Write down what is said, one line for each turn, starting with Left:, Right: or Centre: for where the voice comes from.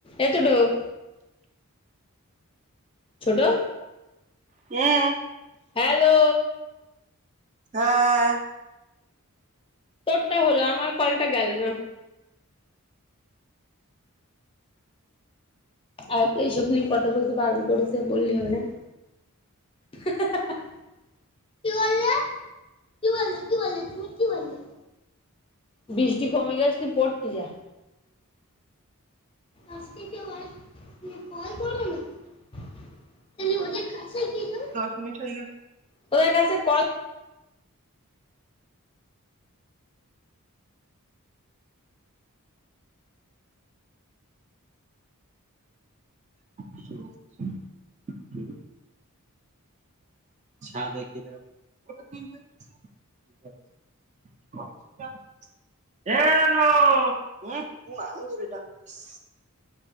Left: यतडो <unintelligible> छोटं
Right: हम
Left: हॅलो
Right: हा
Left: तोड हल आमार कल्ट गेलो ना आ त ए सबने कथा बोलते बारण करच बोलली हो ना किवा बोलल क बोलले तुम्ही क बोलले बीष्ट कमीे गेच तु पडती जा आज वा ती कॉल कर ना तनी कास आहेेत ना
Right: मटई गेले
Left: त का कॉ
Right: अ छान का ए तू आ त टास